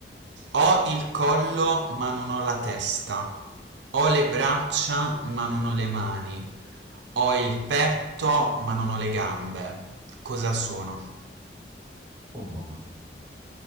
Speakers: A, on the right (about 75°); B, on the right (about 20°).
A: ho il collo ma non ho la testa, ho le braccia ma non ho le mani, ho il petto ma non ho le gambe. Cosa sono?
B: <laughs> Un momento.